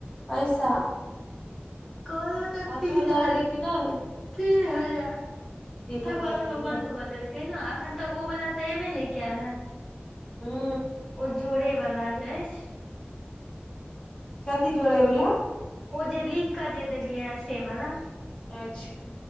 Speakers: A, on the left; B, in the centre.
A: पैसा
B: कहलो तऽ
A: पाँचो
B: तीन हजार
A: एलै कि नहि
B: तीन हजार
A: तीन हजार
B: ठकुआद ओ
A: आबि
B: मे
A: गेलै
B: बंन्द कऽ देलकै ने अखन तक ओ वालला तऽ एबे ने कयल हे
A: हूँ
B: ओ जोड़े वाला जे अछि
A: कथी जोड़ैवला
B: ओ जे लीख कर देलिए से वला
A: अच्छा